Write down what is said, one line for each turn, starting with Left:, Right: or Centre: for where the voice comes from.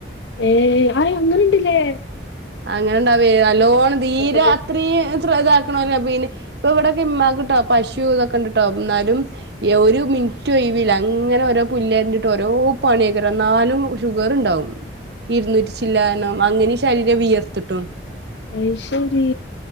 Left: ഏയ് ആയ് അങ്ങനുണ്ട്ല്ലേ
Right: അങ്ങനൊണ്ടാവേ നല്ലോണം ദീര
Left: തന്നെ
Right: ഇത്രേയും ഫ്രി ഇതാക്കണോല്ലൊ പിന്നെ ഇപ്പം ഇവിടെക്കെ ഇമ്മാക്കിട്ടോ പശൂ ഇതൊക്കെ ഉണ്ടിട്ടോ എന്നാലും ഒരു മിൻറ്റും ഒഴിവില്ല അങ്ങനെ ഓരോ പുല്ലെരണ്ടിട്ട് ഒരോ പണിയക്കറ എന്നാലും ഷുഗറ് ഉണ്ടാവും ഇരുന്നൂറ്റി ചില്ലാനം അങ്ങനെ ശരീരം വീർത്തിട്ടും
Left: അയ്ശെരീ